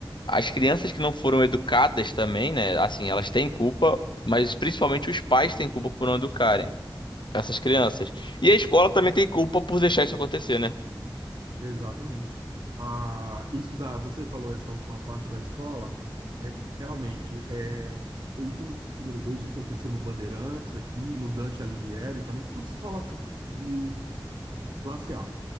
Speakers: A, on the left; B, on the right.
A: as crianças que não foram educadas também, né? Assim, elas têm culpa, mas principalmente os pais têm culpa por não educarem. Essas crianças. E a escola também tem culpa por deixar isso acontecer, né?
B: Exatamente. Ah, isso da, você falou essa última parte da escola, é, realmente, é, isso a primeira vez já aconteceu no Bandeirantes aqui, no Dante Alighieri também, tudo escola cl- de classe A.